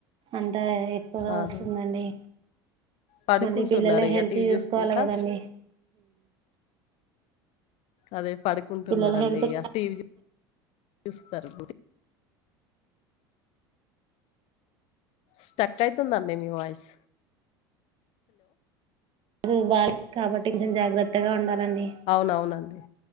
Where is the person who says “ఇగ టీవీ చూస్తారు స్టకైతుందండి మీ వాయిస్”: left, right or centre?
Left